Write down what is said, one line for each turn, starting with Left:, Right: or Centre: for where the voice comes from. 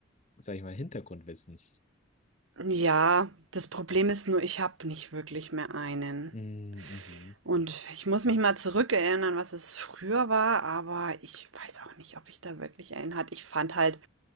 Left: sag ich mal, Hintergrundwissen.
Right: Ja, das Problem ist nur, ich habe nicht wirklich mehr einen.
Left: Mm, Mhm.
Right: Und ich muss mich mal zurückerinnern, was es früher war, aber ich weiß auch nicht, ob ich da wirklich einen hatte. Ich fand halt